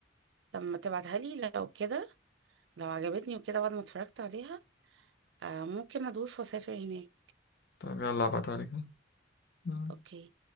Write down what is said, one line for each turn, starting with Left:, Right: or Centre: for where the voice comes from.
Right: طب ما تبعتها لي لو كده لو عجبتني وكده بعد ما اتفرجت عليها آه، ممكن ادوس واسافر هناك
Left: طب يلا ابعتها لك أهو.
Right: اوكي